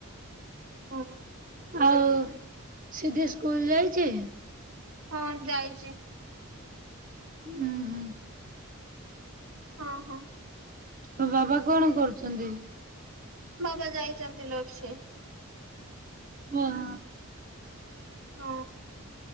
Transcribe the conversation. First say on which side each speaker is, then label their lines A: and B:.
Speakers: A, on the right (about 70°); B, on the right (about 40°).
A: ହଁ।
B: ଆଉ ସିଦ୍ଧି ସ୍କୁଲ ଯାଇଚି?
A: ହଁ ଯାଇଚି।
B: ହୁଁ-ହୁଁ।
A: ହଁ ହଁ।
B: ଅ ବାବା କଣ କରୁଚନ୍ତି?
A: ବାବା ଯାଇଚନ୍ତି ଲୋପସେ।
B: ଓ ହଁ।
A: ହଁ